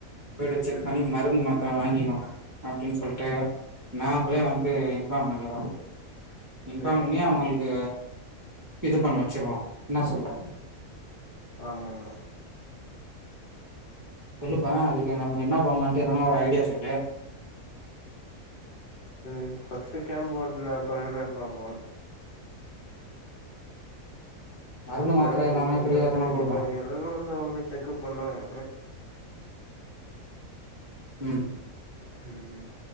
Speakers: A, on the right (about 20°); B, on the left (about 45°).
A: போயிட்டு செக்
B: ம்
A: பண்ணி மருந்து மாத்தர வாங்கிக்கோங்க அப்டின் சொல்ட்டு நாமளே வந்ட்டு இன்ஃபார்ம் பண்ணிறோ இன்ஃபார்ம்
B: சேரி
A: பண்ணி
B: சேரி
A: அவ்ங்களுக்கு இது பண்ண வச்சிருவோ என்ன சொல்ற
B: ஆமாம்மா
A: சொல்லுப்பா அதுக்கு நம்ப என்ன பண்லான்ட்டு எதனா ஒரு ஐடியா சொல்லு
B: இது ஃபஸ்ட்டு கேம்ப் போட்னு அப்பற என்னன் பாப்போ
A: மருந்து
B: கேம்
A: மாத்திர எல்லாமே
B: போட்டதுக்கு
A: ஃப்ரீயா
B: அப்புற
A: தான குடுப்பாங்க.
B: எல்ல எல்லாரும் வந்து அவங்ள செக்கப் பண்ணுவாங்க
A: ம்
B: ம்